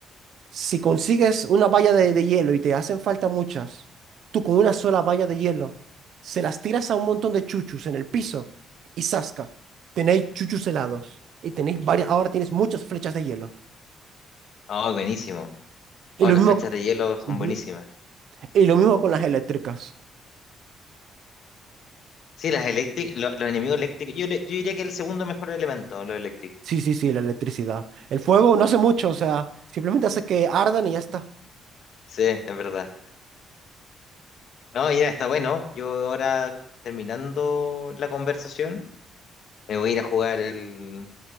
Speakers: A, on the right (about 70°); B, on the left (about 65°).
A: si consigues una valla de, de hielo y te hacen falta muchas, tú con una sola valla de hielo, se las tiras a un montón de chuchus en el piso y zasca, tenéis chuchus helados y tenéis varias, ahora tienes muchas flechas de hielo.
B: Oh, buenísimo.
A: Y
B: Oh,
A: lo
B: las
A: mismo,
B: flechas
A: co-
B: de hielo son
A: Ujú.
B: buenísimas.
A: Y lo mismo con las eléctricas.
B: Sí, las eléctricas, lo- los enemigos eléctricos. Yo, le- yo diría que el segundo mejor elemento, los eléctricos.
A: Sí, sí, sí, la electricidad. El fuego no hace mucho, o sea, simplemente hace que ardan y ya está.
B: Sí, es verdad. No, ya está bueno. Yo ahora, terminando la conversación, me voy a ir a jugar el,